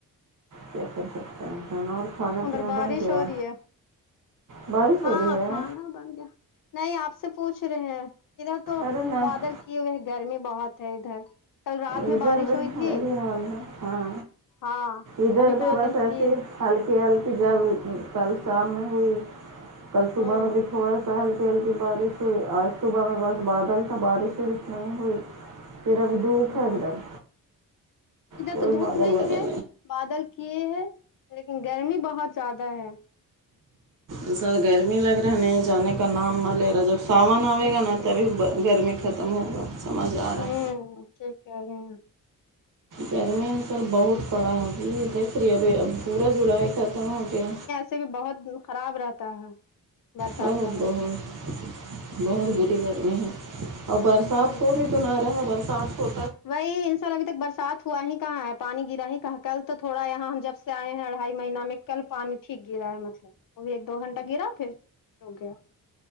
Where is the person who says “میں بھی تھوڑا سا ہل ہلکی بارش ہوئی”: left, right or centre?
Right